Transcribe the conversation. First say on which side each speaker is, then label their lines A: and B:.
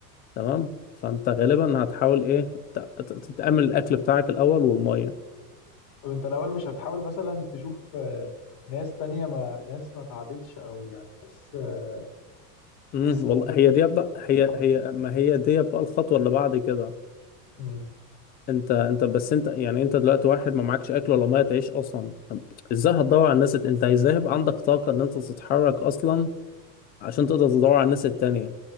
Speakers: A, on the left; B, on the left.
A: تمام فانت غالبا هتحاول ايه ت- ت- تتأمن الاكل بتاعك الاول والمية
B: طب انت الأول مش هتحاول مثلا تشوف آه، ناس تانية ما ناس ما تعبتش أو يعني ناس آه،
A: امم
B: لسه
A: والله
B: ممكن
A: هي
B: تكون
A: دي بقى
B: ما
A: هي
B: اتحولتش
A: هي ما هي دي بقى الخطوه اللي بعد كده
B: مم.
A: انت انت بس انت يعني انت دلوقتي واحد ما معكش اكل ولا ميه تعيش اصلا طب ازاي هتدور على الناس الت- انت ازاي هيبقى عندك طاقه ان انت تتحرك اصلا عشان تقدر تدور على الناس التانية